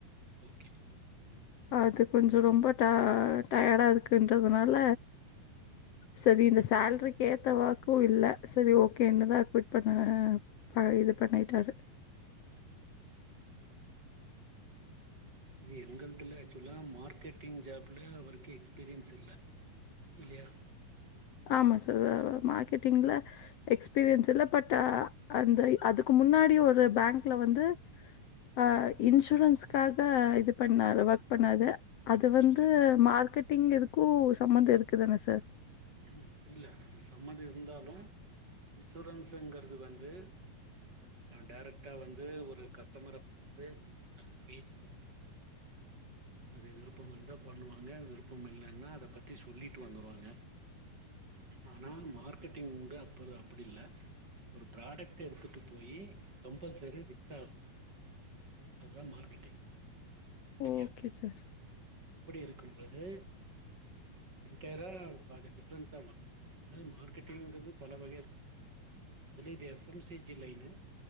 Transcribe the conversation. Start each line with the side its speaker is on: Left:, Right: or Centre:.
Right: ஓகே
Left: அது கொஞ்சம் ரொம்ப டயடா இருக்குன்றதுனால சேரி இந்த சேலரி கேத்த வா இல்ல சேரி ஓகே ஓகே தான் குட் பண்ண இது பண்ணிட்டாரு
Right: இது எங்கதுல ஆக்சுவலா மார்க்கெட்டிங் ஜாப்ல எக்ஸ்பீரியன்ஸ் இல்ல இல்லாயா
Left: ஆமா சார் மார்க்கெட்டிங்ல எக்ஸ்பீரியன்ஸ் இல்ல பட் அந்த அதுக்கு முன்னாடி ஒரு பேங்க்ல வந்து அஹ இன்சூரன்ஸ்க்காக இது பண்ணாரு ஒர்க் பண்ணாது அது வந்து
Right: சரி
Left: மார்க்கெட்டிங் எதுக் கூ சம்பந்தம் இருக்குதானே சார்
Right: ம் இல்லை அது சம்மந்தம் இருந்தாலும் இன்சூரன்ஸ்ங்கிறது வந்து டேரேக்டா வந்து ஒரு கஸ்டமர பார்த்து பேசிட்டு வரனும் அது விருப்பம் இருந்தா பண்ணுவாங்க விருப்பம் இல்லைன்னா அத பத்தி சொல்லிட்டு வந்துருவாங்க ஆனா மார்க்கெட்டிங் உண்டு அப்பது அப்படி இல்ல ஒரு ப்ராடக்ட் எடுத்துட்டு போய் கம்பல்சரி வித்தும் ஆகனும் அதுதான் மார்க்கெட்டிங் சரியா
Left: ஓகே சார்
Right: அப்படி இருக்கும்பது‌என்டையர் த வரும் மார்க்கெட்டிங்கிறது பல வகை இருக்கு அதுலய இது எப்எம்சிஜி லைனு